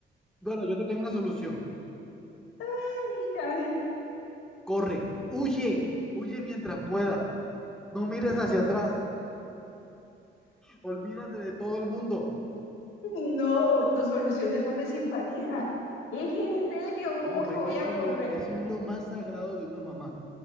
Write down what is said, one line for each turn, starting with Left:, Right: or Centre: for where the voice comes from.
Centre: Bueno, yo te tengo una solución.
Left: Ay, cabeza.
Centre: Corre, huye, huye mientras puedas. No mires hacia atrás. Olvídate de todo el mundo.
Left: No, tus soluciones no me simpatizan. Es en serio, ¿cómo
Centre: No,
Left: que
Centre: es
Left: voy
Centre: que eso
Left: a correr?
Centre: es lo, eso es lo más sagrado de una mamá.